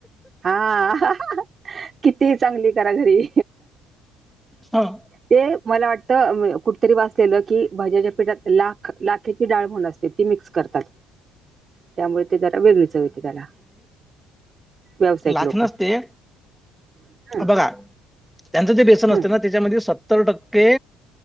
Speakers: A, on the right; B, in the centre.
A: हा किती चांगली करा घरी
B: हं,
A: ते मला वाटतं कुठ री वाचलेलं की भज्याच्या पीठात लाख लाखेची डाळ म्हण असते ती मिक्स करतात त्यामुळे ते जरा वेगळीच चव त्याला व्यावसायिक
B: लाख
A: लोक.
B: नसते
A: हम्म
B: बघा त्यांचं जे बेसन
A: हम्म
B: असते ना त्याच्यामध्ये सत्तर टक्के